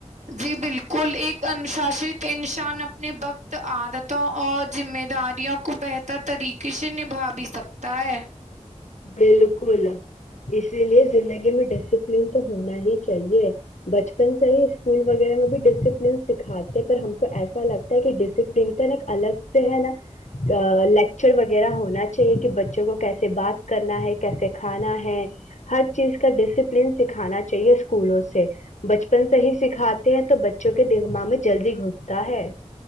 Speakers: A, on the right; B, on the left.
A: جی بالکل ایک انوشاست انسان اپنے وقت عادتوں اور ذمہ داریوں کو بہتر طریقے سے نبھا بھی سکتا ہے
B: بالکل اسی لیے زندگی میں ڈسپلین تو ہونا ہی چاہیے بچپن سے ہی اسکول وغیرہ میں بھی ڈسپلین سکھاتے پر ہم کو ایسا لگتا ہے کہ ڈسپلین کا نا الگ سے ہے نا لیکچر وغیرہ ہونا چاہیے کہ بچوں کو کیسے بات کرنا ہے کیسے کھانا ہے ہر چیز کا ڈسپلین سکھانا چاہیے اسکولوں سے بچپن سے ہی سکھاتے ہیں تو بچوں کے دگما میں جلدی گھستا ہے